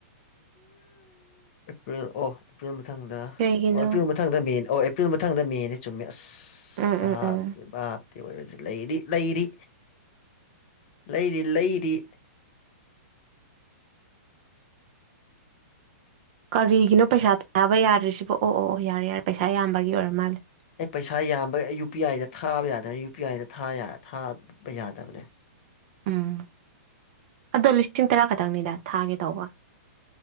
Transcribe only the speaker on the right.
ꯀꯩꯒꯤꯅꯣ
ꯎꯝ
ꯎꯝ ꯎꯝ
ꯀꯔꯤꯒꯤꯅꯣ ꯄꯩꯁꯥ ꯊꯥꯕ ꯌꯥꯗ꯭ꯔꯤꯁꯤꯕꯣ ꯑꯣ ꯑꯣ ꯑꯣ ꯌꯥꯔꯦ ꯌꯥꯔꯦ ꯄꯩꯁꯥ ꯌꯥꯝꯕꯒꯤ ꯑꯣꯏꯔ ꯃꯥꯜꯂꯦ
ꯎꯝ ꯑꯗꯣ ꯂꯤꯁꯤꯡ ꯇꯔꯥ ꯈꯛꯇꯪꯅꯤꯗ ꯊꯥꯒꯦ ꯇꯧꯕ